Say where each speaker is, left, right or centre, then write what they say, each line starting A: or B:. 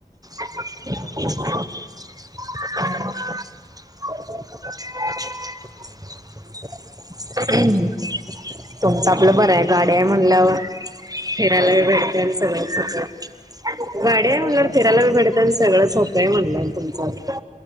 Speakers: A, on the right (about 25°); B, on the left (about 70°).
A: <inaudible> <unintelligible>
B: हा हा
A: तुमचं आपलं बरं आहे. गाड्या आहे म्हनल्यावर फिरायला
B: आ
A: बी भेडते आणि सगलच <unintelligible> गाडी
B: काय
A: आहे म्हनल्यावर
B: म्हंटला
A: फिरायला बी भेट . सगळं सोपं आहे म्हनल तुमचं आता